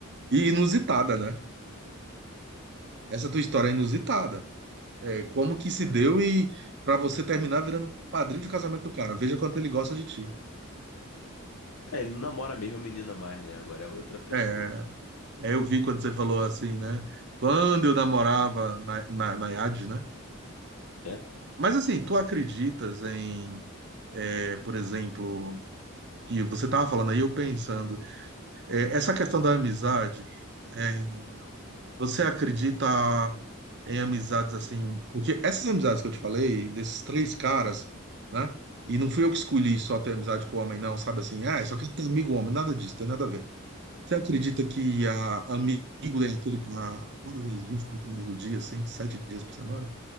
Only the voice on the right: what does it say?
E inusitada, né? Essa tua história é inusitada. É, como que se deu e pra você terminar virando padrinho de casamento do cara. Veja quanto ele gosta de ti.
É, é, eu vi quando você falou assim, né? Quando eu namorava na, na, na IAD, né?
Mas assim, tu acreditas em, é, por exemplo, que você tava falando aí, eu pensando, é, essa questão da amizade, é, você acredita em amizades assim. Porque essas amizades que eu te falei, desses três caras, né? E não fui eu que escolhi só ter amizade com homem, não, sabe assim? Ah, só quero ter amigo homem, nada disso, tem nada a ver. Você acredita que a, amigo é aquele para todas as 24 horas do dia, assim, sete dias por semana?